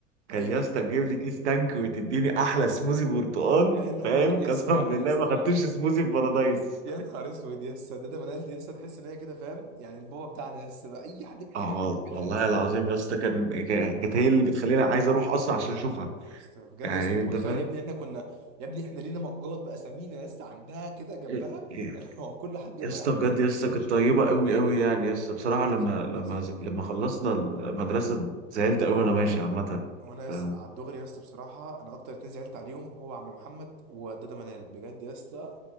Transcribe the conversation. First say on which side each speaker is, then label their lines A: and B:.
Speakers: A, on the right; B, on the right.
A: كان
B: ايوه
A: يا اسطى تجيب لي كيس تانك وتديني احلى سموزي برتقال
B: يا نهار
A: فاهم
B: اسوح
A: قسما بالله
B: يا اسطى
A: ما خدتش سموزي في بارادايس
B: يا نهار اسود يا اسطى هداده منال دي يا اسطى تحس ان هي كده فاهم يعني البابا بتاعنا يا اسطى بقى اي حد محتاج
A: اه
B: حاجه
A: وال-
B: بيعملها
A: والله
B: يا اسطى
A: العظيم يا اسطى كان كانت هي اللي بتخليني عايز اروح اصلا عشان اشوفها
B: يا اسطى بجد
A: يعني
B: يا اسطى انت
A: انت
B: متخيل
A: فاهم
B: يا ابني احنا كنا يا ابني احنا لينا مجات باسامينا يا اسطى عندها كده جنبها
A: إيه، إيه،
B: <laughs> اللي هو كل حد ما-
A: يا اسطى
B: محتاج
A: بجد
B: كوبايه
A: يا اسطى كانت
B: شاي
A: طيبه قوي قوي يعني يا اسطى
B: يا
A: بصراحه
B: لهوي
A: لما لما
B: يا اسطى بجد
A: لما خلصنا المدرسه زعلت قوي وانا ماشي عامه
B: وانا
A: فاهم
B: لسه على الدغري يا اسطى بصراحه انا اكتر اتنين زعلت عليهم هو عم محمد ودادا منال بجد يا اسطى